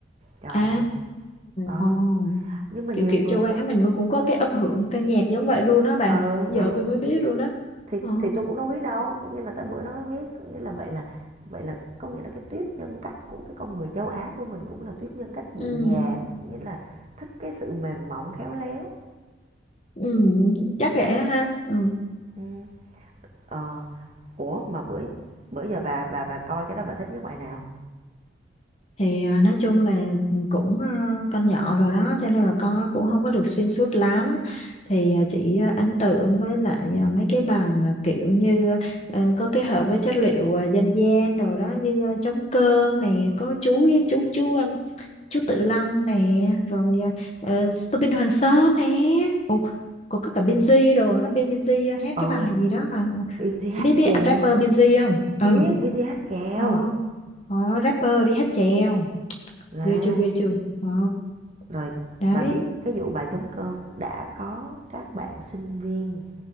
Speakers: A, on the right; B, on the left.
A: Trời
B: À,
A: ơi, ờ,
B: ồ.
A: nhưng mà
B: Kiểu
A: nhiều
B: kiểu
A: người
B: châu Á mình cũng có cái âm hưởng ca nhạc giống vậy luôn đó bà.
A: ừ,
B: Giờ
A: ừ.
B: tôi mới biết luôn đó.
A: thì
B: Ồ.
A: thì tôi cũng đâu biết đâu có nghĩa là tới bữa nó mới biết có nghĩa là vậy là vậy là có nghĩa là cái tuyết nhân cách của cái con người châu á của mình cũng là tuyết nhân cách dịu
B: Ừ.
A: dàng nghĩa là thích cái sự mềm mỏng khéo léo
B: Ừ. Chắc vậy á ha. Ừ.
A: ừ. ờ ủa mà bữa bữa giờ bà bà bà coi cái đó bà thích nhất bài nào
B: Thì à, nói chung là ừ, cũng à, con nhỏ rồi đó cho nên là con cũng không có được xuyên suốt lắm. Thì à, chỉ à, ấn tượng với lại à, mấy cái bài mà kiểu như ờ, có kết hợp với chất liệu à, dân gian đồ đó như à, trống cơm này có chú chú chú chú Tự Long nè rồi uh, Subin Hoàng Sơn nè Ồ, còn có cả Binz đồ nó bên Binz hát cái
A: ờ
B: bài gì đó mà
A: BTH
B: biết biết
A: chèo
B: anh rapper Binz không ừ
A: biết BTH chèo
B: ờ Ờ, rapper đi hát chèo
A: nè
B: ghê chưa ghê chưa ờ
A: rồi
B: đấy
A: bà biết cái vụ bà chống cơm đã có các bạn sinh viên